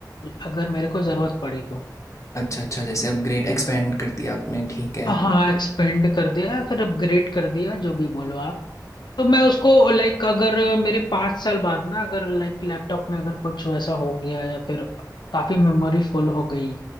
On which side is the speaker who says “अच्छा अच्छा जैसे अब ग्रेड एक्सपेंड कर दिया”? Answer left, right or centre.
Left